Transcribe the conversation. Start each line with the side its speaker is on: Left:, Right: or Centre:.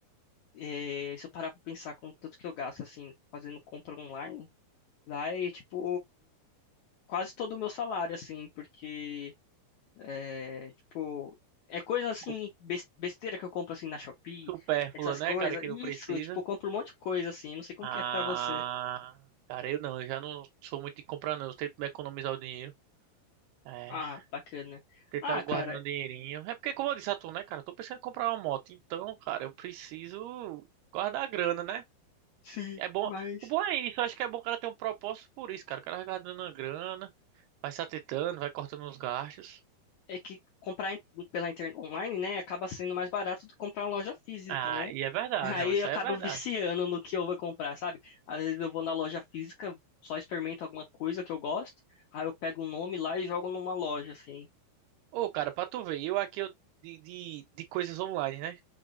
Left: É, se eu parar pra pensar com o tanto que eu gasto, assim, fazendo compra online, vai, tipo, quase todo o meu salário, assim, porque, é, tipo, é coisa, assim,
Right: Co-
Left: bes- besteira que eu compro, assim, na Shopee,
Right: Supérflua,
Left: essas
Right: né,
Left: coisas.
Right: cara, que
Left: Isso,
Right: não precisa.
Left: eu, tipo, eu compro um monte de coisa, assim, não sei como
Right: Ah,
Left: que é pra você.
Right: cara, eu não, eu já não sou muito de comprar, não. Eu tento me economizar o dinheiro. É,
Left: Ah, bacana.
Right: tentar
Left: Ah,
Right: guardando
Left: cara,
Right: um dinheirinho. É porque, como eu disse a tu, né, cara, eu tô pensando em comprar uma moto. Então, cara, eu preciso guardar a grana, né?
Left: sim,
Right: É bom.
Left: mas...
Right: O bom é isso, eu acho que é bom o cara ter um propósito por isso, cara. O cara vai guardando a grana, vai se atentando, vai cortando os gastos.
Left: É que comprar in- pela internet online, né, acaba sendo mais barato do que comprar em loja física,
Right: Ah,
Left: né?
Right: e é verdade,
Left: Aí
Right: não, isso
Left: eu acabo
Right: aí é verdade.
Left: viciando no que eu vou comprar, sabe? Às vezes eu vou na loja física, só experimento alguma coisa que eu gosto, aí eu pego o nome lá e jogo numa loja, assim.
Right: Ô, cara, pra tu ver, eu aqui eu, de, de, de coisas online, né?